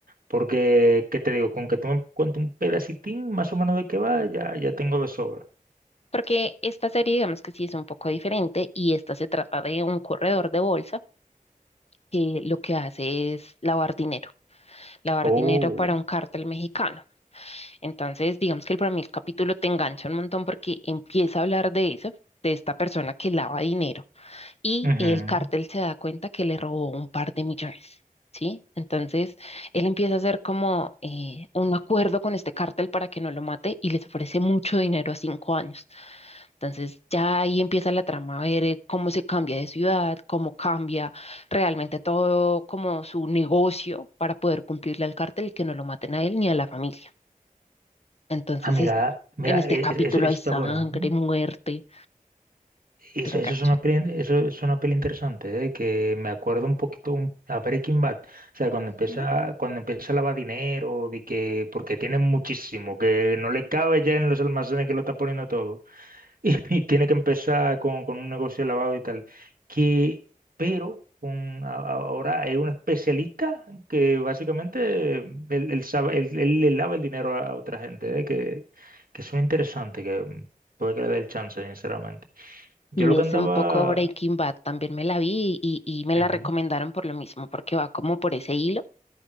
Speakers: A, on the right; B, on the left.
A: Porque, ¿qué te digo? Con que tú me cuentes un pedacitín más o menos de qué va, ya, ya tengo de sobra.
B: Porque esta serie, digamos que sí es un poco diferente, y esta se trata de un corredor de bolsa que lo que hace es lavar dinero, lavar
A: Oh.
B: dinero para un cártel mexicano. Entonces, digamos que para mí el capítulo te engancha un montón porque empieza a hablar de eso, de esta persona que lava dinero. y
A: ujú.
B: el cártel se da cuenta que le robó un par de millones, ¿sí? Entonces, él empieza a hacer como eh, un acuerdo con este cártel para que no lo mate y les ofrece mucho dinero a cinco años. Entonces, ya ahí empieza la trama a ver eh, cómo se cambia de ciudad, cómo cambia realmente todo como su negocio para poder cumplirle al cártel y que no lo maten a él ni a la familia. Entonces,
A: Ah, mira,
B: es-
A: mira,
B: en este
A: e-
B: capítulo
A: e- eso, eso
B: hay sangre,
A: está bueno. ¿eh?
B: muerte,
A: Y
B: te
A: Eso,
B: engancha.
A: eso es una peli, eso es una peli interesante, ¿eh? Que me acuerdo un poquito un- a Breaking Bad. O sea, cuando empieza,
B: Mm,
A: cuando empieza a lavar dinero, de que, porque tiene muchísimo, que no le cabe ya en los almacenes que lo está poniendo todo. <laughs> Y, y tiene que empezar con, con un negocio de lavado y tal. Que, pero con, a- a- ahora hay un especialista que básicamente él, él sabe, él, él le lava el dinero a, a otra gente, ¿eh? Que, que es interesante, que mm, puede que le dé el chance, sinceramente. Yo
B: Y
A: lo que
B: es
A: andaba...
B: un poco Breaking Bad, también me la vi y, y me la
A: Ujú,
B: recomendaron por lo mismo, porque va como por ese hilo,